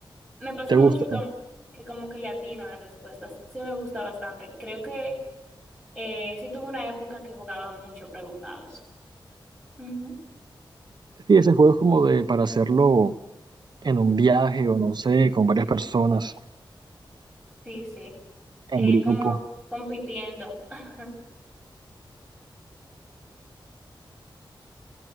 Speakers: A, in the centre; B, on the right.
A: me pasa
B: ¿te gusta?
A: mucho que, que como que le atino a las respuestas. Sí me gusta bastante. Creo que eh, sí tuve una época que jugaba mucho preguntados. Ujú.
B: Sí, ese juego es como de para hacerlo en un viaje o no sé, con varias personas,
A: Sí, sí. Eh,
B: en grupo.
A: como compitiendo. <laughs>